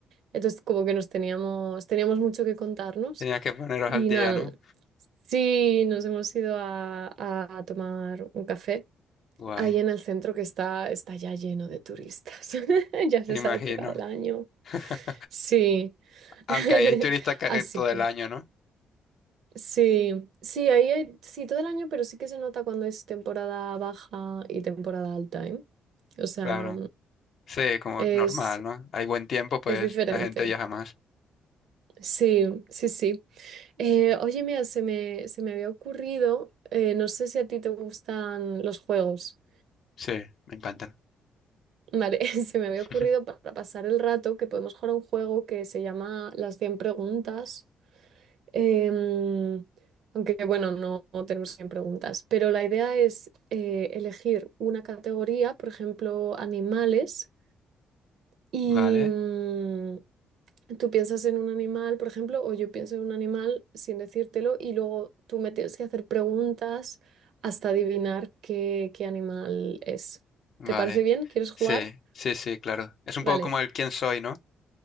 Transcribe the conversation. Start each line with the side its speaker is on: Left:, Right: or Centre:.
Right: Entonces, como que nos teníamos, teníamos mucho que contarnos.
Left: Tenías que poneros
Right: Y
Left: al día,
Right: nada,
Left: ¿no?
Right: sí, nos hemos ido a, a- tomar un café
Left: Guay,
Right: ahí en el centro que está, está ya lleno de turistas. <laughs> Ya es
Left: me
Right: esa
Left: imagino.
Right: época del año.
Left: <laughs>
Right: Sí.
Left: Aunque
Right: <laughs>
Left: ahí hay turistas que-
Right: Así
Left: todo
Right: que,
Left: el año, ¿no?
Right: sí, sí, ahí hay- sí, todo el año, pero sí que se nota cuando es temporada baja y temporada alta, ¿eh? O sea,
Left: Claro. Sí, como
Right: es,
Left: normal, ¿no? Hay buen tiempo, pues
Right: es diferente.
Left: la gente viaja más.
Right: Sí, sí, sí. Eh, oye, mira, se me, se me había ocurrido, eh, no sé si a ti te gustan los juegos.
Left: Sí, me encantan.
Right: Vale, <laughs> se me había
Left: <laughs>
Right: ocurrido para pasar el rato que podemos jugar a un juego que se llama Las cien preguntas. Em, aunque bueno, no, no tenemos 100 preguntas, pero la idea es eh, elegir una categoría, por ejemplo, animales, y,
Left: Vale.
Right: mm, Tú piensas en un animal, por ejemplo, o yo pienso en un animal sin decírtelo y luego tú me tienes que hacer preguntas hasta adivinar qué, qué animal es.
Left: Vale,
Right: ¿Te parece bien? ¿Quieres jugar?
Left: sí, sí, sí, claro. Es un
Right: Vale.
Left: poco como el quién soy, ¿no?